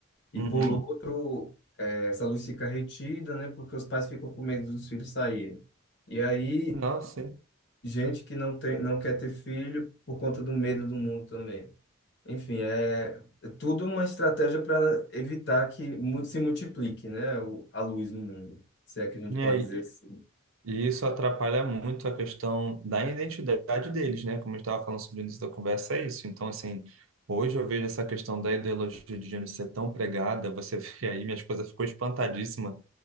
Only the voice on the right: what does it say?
Uhum.
Nossa, sim.
E
aí,
E isso atrapalha muito a questão da identidade deles, né? Como eu estava falando sobre o início da conversa, é isso. Então, assim, hoje eu vejo essa questão da ideologia de gênero ser tão pregada. Você <laughs> vê aí, minha esposa ficou espantadíssima